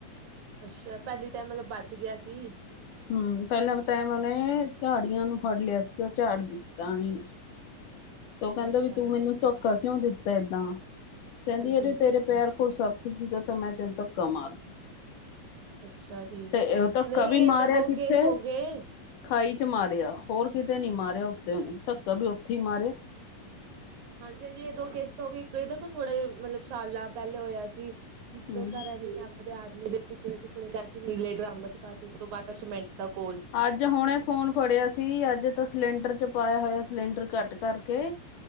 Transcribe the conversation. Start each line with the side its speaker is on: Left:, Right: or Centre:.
Right: ਅੱਛਾ ਪੈਲੀ ਟੈਮ ਮਤਲਬ ਬਚ ਗਯਾ ਸੀ।
Left: ਹੁੰ ਪਹਿਲਾਂ ਟੈਮ ਓਨੇ ਝਾੜੀਆਂ ਨੂੰ ਫੜ ਲਿਆ ਸੀਗਾ। ਓ ਝਾੜ ਦਿੱ ਟਾਣੀ
Right: ਅੱਛਾ-ਅੱਛਾ।
Left: ਓ ਕਹਿੰਦਾ ਵੀ ਤੂੰ ਮੈਨੂੰ ਧੋਖਾ ਕਿਉਂ ਦਿੱਤਾ ਏਦਾਂ ਕਹਿੰਦੀ
Right: ਹਾਂਜੀ
Left: ਐਵੀ ਤੇਰੇ ਪੈਰ ਕੋਲ ਸੱਪ ਸੀਗਾ, ਤਾਂ ਮੈਂ ਤੈਨੂੰ ਧੱਕਾ ਮਾਰਤਾ।
Right: ਅੱਛਾ ਜੀ
Left: ਤੇ ਉਹ ਧੱਕਾ
Right: ਨਹੀਂ
Left: ਵੀ
Right: ਇਹ
Left: ਮਾਰਿਆ
Right: ਤਾਂ ਦੋ
Left: ਕਿੱਥੇ,
Right: ਕੇਸ ਹੋ ਗਏ
Left: ਖਾਈ 'ਚ ਮਾਰਿਆ, ਹੋਰ ਕਿਤੇ ਨੀ ਮਾਰਿਆ, ਉੱਤੇਨ ਧੱਕਾ ਵੀ ਉੱਥੇ ਹੀ ਮਾਰਿਆ।
Right: ਹਾਂਜੀ ਹਾਂਜੀ, ਇਹ ਦੋ ਕਿਸ ਤੋਂ ਕੀ ਦੇਖੋ ਥੋੜੇ ਮਤਲਬ, ਸਾਲਾ ਪਹਿਲੇ ਹੋਇਆ ਸੀ। ਇੱਕ
Left: ਹੂੰ
Right: ਘਰਵਾਲੀ ਨੇ ਆਪਦੇ ਆਦਮੀ ਦੇ ਟੁਕੜੇ ਟੁਕੜੇ ਕਰਕੇ ਨੀਲੇ ਡਰੰਮ ਚ ਪਾਏ, ਉਸ ਤੋ ਬਾਅਦ ਸਮੈਟ ਦਾ ਕੋਲ,
Left: ਅੱਜ ਹੁਣੇ ਫੋਨ ਫੜਿਆ ਸੀ, ਅੱਜ ਤਾਂ ਸਿਲੰਡਰ 'ਚ ਪਾਇਆ ਹੋਇਆ ਸਿਲੰਡਰ ਘੱਟ ਕਰਕੇ,